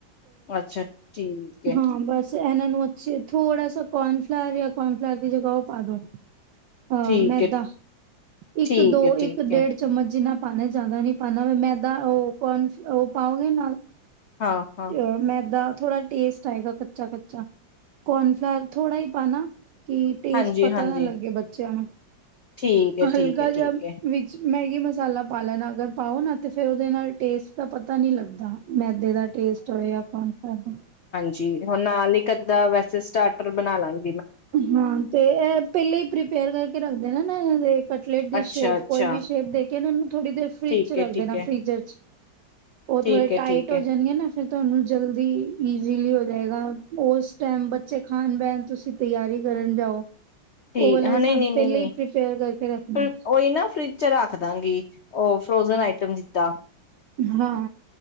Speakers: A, on the left; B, on the right.
A: ਅੱਛਾ ਠੀਕ ਹੈ
B: ਹਾਂ ਬੱਸ ਇਹਨਾਂ ਨੂੰ ਅੱਛੇ ਥੋੜਾ ਸ ਕੋਰਨਫਲਾਵਰ ਜਾਂ ਕੋਰਨਫਲਾਵਰ ਦੀ ਜਗ੍ਹਾ ਉਹ ਪਾ ਦੋ ਅਾਂ
A: ਠੀਕ
B: ਮੈਦਾ
A: ਹੈ
B: ਇੱਕ
A: ਠੀਕ
B: ਦੋ
A: ਹੈ ਠੀਕ
B: ਇੱਕ ਡੇਢ
A: ਹੈ
B: ਚਮਚ ਜਿੰਨਾ ਪਾਉਣਾ ਜਿਆਦਾ ਨਹੀਂੀ ਪਾਉਦਾ ਮੈਦਾ ਉਹ ਕੌਣ ਉਹ ਪਾਓਗੇ ਨਾਲ
A: ਹਾਂ ਹਾਂ
B: ਅ ਮੈਦਾਾਂ ਥੋੜਾ ਟੇਸਟ ਆਏਗਾ ਕੱਚਾ ਕੱਚਾ ਕੋਨਫਲਾਵਰ ਥੋੜਾ ਹੀ ਪਾਣਾ ਕੀ ਟੇਸਟ
A: ਹਾਂਜੀ
B: ਪਤਾ
A: ਹਾਂਜੀ
B: ਨਾ ਲੱਗੇ ਬੱਚਿਆਂ ਨੂੰ
A: ਠੀਕ ਹੈ
B: ਹਲਕਾ
A: ਠੀਕ ਹੈ
B: ਜਿਹਾ
A: ਠੀਕ ਹੈ
B: ਵਿੱਚ ਮੈਗੀ ਮਸਾਲਾ ਪਾ ਲੈਣਾ ਅਗਰ ਪਾਓ ਨਾ ਤਾਂ ਫਿਰ ਉਹਦੇ ਨਾਲ ਟੇਸਟ ਦਾ ਪਤਾ ਨਹੀਂ ਲੱਗਦਾ ਮੈਦੇ ਦਾ ਟੇਸਟ ਹੋਏ ਕੌਣ ਕਰਦਾ
A: ਜੀ ਹੁਣ ਨਾਲ ਹੀ ਅੱਧਾਂ ਵੈਸੇ ਸਟਾਰਟਰ ਬਣਾ ਲਾਂਗੇ
B: ਹਾਂ ਤੇ ਇਹ ਪਹਿਲੇਾਂ ਹੀ ਪ੍ਰੀਪੇਅਰ ਕਰਕੇ ਰੱਖਦੇ ਨਾ ਨਾ ਇਹਨਾਂ ਦੇ ਕਟਲੇਟ ਦੀ
A: ਅੱਛਾ,
B: ਸ਼ੇਪ
A: ਅੱਛਾ
B: ਕੋਈ ਵੀ ਸ਼ੇਪ ਦੇ ਕੇ ਇਹ ਨੂੰ ਥੋੜੀ ਦੇਰ ਫਰਿਜ
A: ਠੀਕ
B: ਚ
A: ਹੈ,
B: ਰੱਖ
A: ਠੀਕ
B: ਦੇਣਾ
A: ਹੈ,
B: ਫ੍ਰੀਜ਼ਰ ਚ ਉਹ
A: ਠੀਕ
B: ਥੋੜੇ
A: ਹੈ,
B: ਟਾਈਟ
A: ਠੀਕ
B: ਹੋ
A: ਹੈ,
B: ਜਾਣਗੇ ਨਾ ਫਿਰ ਤੁਹਾਨੂੰ ਜਲਦੀ ਈਜ਼ੀਲੀ ਹੋ ਜਾਏਗਾ ਉਸ ਟਾਈਮ ਬੱਚੇ ਖਾਣ ਪਹਿਣ ਤੁਸੀਂ ਤਿਆਰੀ ਕਰਨ ਜਾਓ
A: ਠੀਕ
B: ਉਹ ਵਾਲਾ
A: ਹਾਂ
B: ਹੀ ਸਾਨੂੰ
A: ਨਹੀਂ ਨਹੀਂ ਨਹੀਂ
B: ਪਹਿਲੇ
A: ਨਹੀਂ
B: ਹੀ ਪ੍ਰੀਪੇਅਰ ਕਰਕੇ ਰੱਖਣਾ
A: ਉਹੀ ਨਾ ਫਰਿਜ ਚ ਰੱਖਦਾਂਗੀ ਉਹ ਫਰੋਜਨ ਆਈਟਮ ਜਿੱਤਾ
B: ਹਾਂ